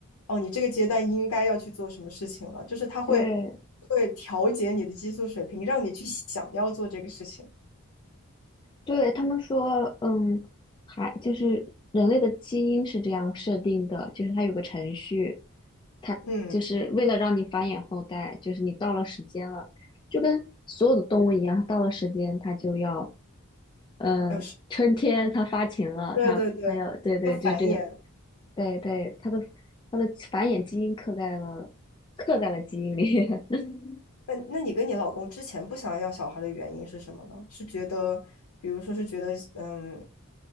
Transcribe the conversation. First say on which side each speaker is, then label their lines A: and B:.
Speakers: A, on the left; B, on the left.
A: 哦，你这个阶段应该要去做什么事情了，就是它会
B: 对。
A: 会调节你的激素水平，让你去想要做这个事情。
B: 对，他们说，嗯，还就是人类的基因是这样设定的，就是它有个程序，它就是为了让你繁衍后代，
A: 嗯，
B: 就是你到了时间了，就跟所有的动物一样，到了时间它就要，嗯，
A: 要是
B: 春天它发情了，
A: 对对对，
B: 它它要，对对，
A: 要繁衍。
B: 就是这个，对对，它的它的繁衍基因刻在了刻在了基因里，<laughs>
A: 那那你跟你老公之前不想要小孩的原因是什么呢？是觉得，比如说是觉得，嗯，